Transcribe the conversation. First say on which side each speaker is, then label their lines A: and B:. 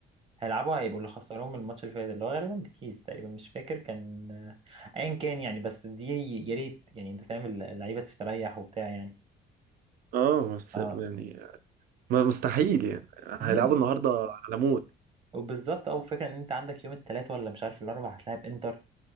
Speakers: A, on the right; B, on the right.
A: هيلعبوا هيبقوا اللي خسروهم الماتش اللي فات اللي هو غالبا بيتيس تقريبا مش فاكر كان آه، ايا كان يعني بس دي يا ريت يعني انت فاهم اللعيبه تستريح وبتاع يعني
B: اه بس
A: اه
B: يعني ما مستحيل يعني
A: امم
B: هيلعبوا النهارده على موت
A: وبالظبط او فكره ان انت عندك يوم الثلاث ولا مش عارف الاربع هتلاعب انتر